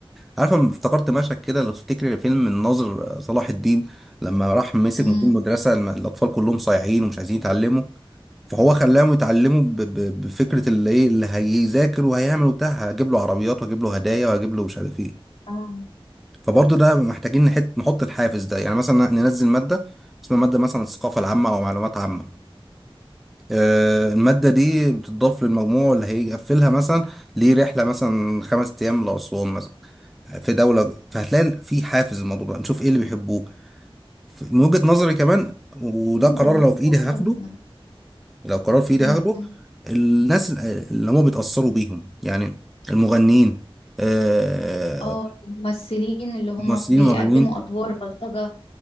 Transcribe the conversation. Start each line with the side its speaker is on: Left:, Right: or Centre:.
Centre: عارفه أنا افتكرت مشهد كده لو تفتكري فيلم الناظر آه، صلاح الدين لما راح مسك
Left: امم
Centre: مدير مدرسه الم- الاطفال كلهم صايعين ومش عايزين يتعلموا فهو خلاهم يتعلموا ب- ب- بفكره اللي ايه اللي هيذاكر وهيعمل وبتاع هجيب له عربيات واجيب له هدايا واجيب له مش عارف ايه
Left: اه
Centre: فبرضه ده محتاجين نحط نحط الحافز ده يعني مثلا ننزل مادة اسمها مادة مثلا الثقافة العامة أو معلومات عامة آه، المادة دي بتضاف للمجموع اللي هيقفلها مثلا ليه رحلة مثلا خمس أيام لأسوان مثلا في دولة فهتلاقي في حافز الموضوع ده نشوف إيه اللي بيحبوه ف- من وجهة نظري كمان وده
Left: حلوة
Centre: قرار
Left: أوي فكرة
Centre: لو في إيدي
Left: حلوة
Centre: هاخده
Left: جدا
Centre: لو قرار في إيدي
Left: امم
Centre: هاخده الناس اللي هم بيتأثروا بيهم يعني المغنيين آه،
Left: اه الممثلين اللي هم
Centre: ممثلين
Left: بيقدموا
Centre: ومغنيين
Left: أدوار بلطجة